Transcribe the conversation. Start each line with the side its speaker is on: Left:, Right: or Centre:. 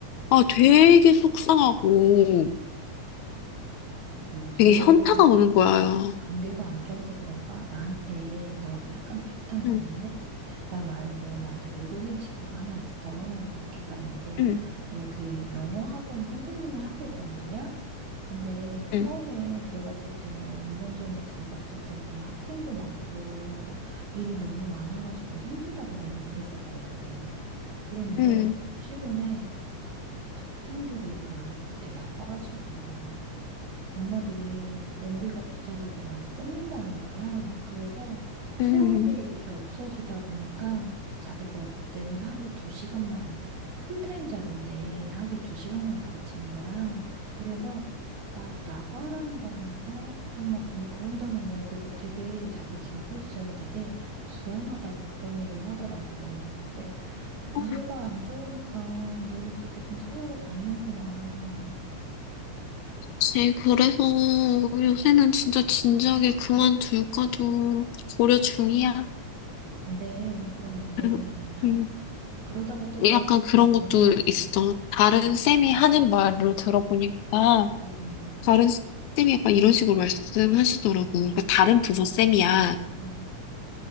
Left: 아 되게 속상하고
Right: 요즘
Left: 되게 현타가 오는 거야.
Right: 경기가 안 좋아서 그런가? 나한테 너하고 약간 비슷한 경우인데,
Left: 응,
Right: 나 말고 나한테 외국인 친구가 하나 있어. 걔가 이제
Left: 응,
Right: 여기 영어 학원 선생님을 하고 있단 말이야? 근데
Left: 응,
Right: 처음에 들어갔을 때는, 1년 전에 들어갔을 때는 막 학생도 많고, 그 일이 너무 많아가지고 힘들다고 맨날 그랬었거든. 그랬는데,
Left: 응,
Right: 최근에 학생들이 별로 없대. 다 빠지고. 엄마들이 원비가 비싸다고 많이 끊는다는 거야. 그래서 수업이
Left: 응.
Right: 이렇게 없어지다 보니까 자기가 어때는 하루에 두 시간만 한대. 풀타임 잡인데 하루에 두 시간만 가르치는 거야. 그래서 나 나가란 건가? 그런 막, 막 그런다는 거야. 그래서 되게 자기 지금 포지션이 되게 불안하다고 그런 얘기를 하더라고. 근데 경기가
Left: 아,
Right: 안 좋으니까 너도 그렇게 좀 타격을 받는구나.
Left: 그치. 그래서 요새는 진짜 진작에 그만둘까도 고려 중이야.
Right: 안 돼. 그럼 안 돼.
Left: 응, 응.
Right: 그러다가 또 좋아질
Left: 약간
Right: 수도
Left: 그런
Right: 있는데.
Left: 것도 있어. 다른 쌤이 하는 말을 들어보니까
Right: 음,
Left: 다른 쌤이 약간 이런 식으로 말씀하시더라고. 그러니까 다른 부서 쌤이야.
Right: 음,